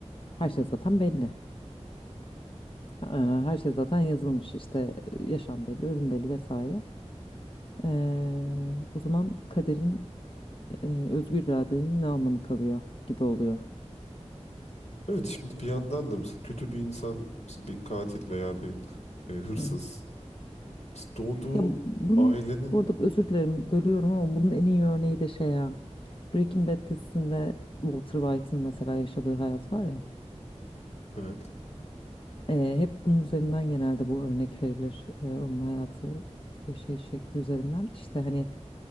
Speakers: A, on the left (about 50°); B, on the left (about 75°).
A: Her şey zaten belli. Ee, Her şey zaten yazılmış işte e, yaşam belli, ölüm belli vesaire. Ee, o zaman kaderin e, özgür iradenin ne anlamı kalıyor gibi oluyor.
B: Evet şimdi bir yandan da mesela kötü bir insan, mesela bir katil veya bir e, hırsız
A: Evet.
B: mesela doğduğu
A: Ya bunun
B: ailenin
A: bu arada özür dilerim bölüyorum ama bunun en iyi örneği de şey ya Breaking Bad dizisinde Walter White'ın mesela yaşadığı hayat var ya
B: evet
A: e, hep bunun üzerinden genelde bu örnek verilir E, onun hayatı yaşayış şekli üzerinden İşte hani